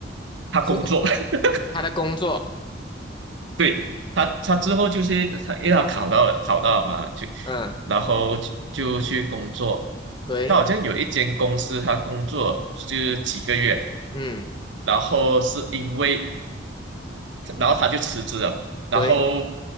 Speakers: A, on the right; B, on the left.
A: 他工作，
B: 是什么？
A: <laughs>
B: 他的工作，
A: 对，他他之后就是他，因为他考到了，考到了嘛，就
B: 嗯，
A: 然后就就去工作。
B: 对，
A: 他好像有一间公司，他工作就是几个月，
B: 嗯，
A: 然后是因为然后他就辞职了。然后
B: 对，